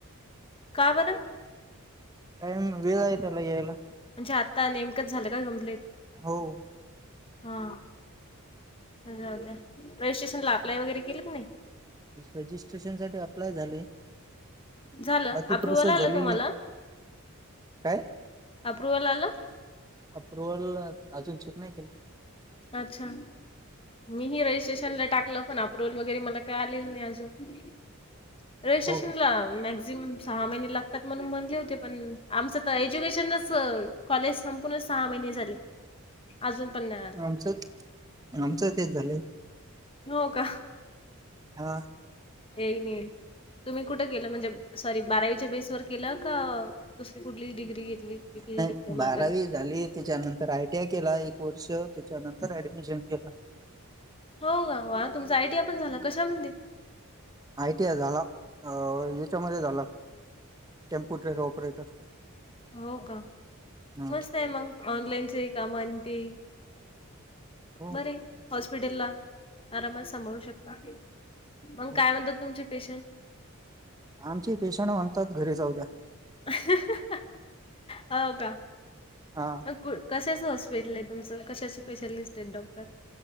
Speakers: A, on the left; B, on the right.
A: का बरं?
B: टईम वेळ आहे त्याला येयाला
A: म्हणजे आता नेमकंच झालं काय कमप्लीट
B: हो
A: हा रजिस्ट्रेशन ला अप्लाय वगैरे केल कनई
B: रजिस्ट्रेशन साठी अप्लाय झाले
A: झालं
B: बाकी
A: अप्रुवल
B: प्रोसेस
A: आलं
B: झालेली
A: तुम्हाला
B: आहे. काय
A: अप्रुवल आलं
B: अप्रुवल अजून चेक नाही केल
A: अच्छा मीही रजिस्ट्रेशनला टाकलं पण अप्रुव्हल वगैरे मला काय आलेलं नाही अजून रिस्ट्रेन
B: हो का
A: ला मॅक्स जिमम सहा महिने लागतात म्हणून म्हणले होते पण आमचं तर एज्युकेशनच कॉलेज संपूनच सहा महिने झाले अजून पण नाही आलं
B: आमच, आमचं तेच झालंय
A: हो का
B: हा
A: येईन, येईन तुम्ही कुठं गेलं म्हणजे सॉरी बारावीच्या बेस वर केलं का दुसरी कुठली डिग्री घेतली
B: नाही
A: डिप्लोमा
B: बारावी
A: काही
B: झाली त्याच्यानंतर आयटीआय केला एक वर्ष त्याच्यानंतर ऍडमिशन केल
A: हो ग वाह तुमचा आय टी या पण झाला कशा मध्ये
B: आय टी आय झाला अ याच्यामध्ये झाला कॉम्प्युटर ऑपरेटर
A: हो का
B: हा
A: मस्त आहे मंग ऑनलाईनचे काम ती
B: हो
A: बरे हॉस्पिटल ला आरामात सांभाळू शकता मग
B: हो
A: काय म्हणत तुमच पेशंट
B: आमची पेशंट म्हणतात घरी जाऊद्या
A: अ हा, हा हाव का
B: हा
A: कु कशाचं हॉस्पिटल आहे तुमचं कशाच स्पेशलिस्ट आहेत डॉक्टर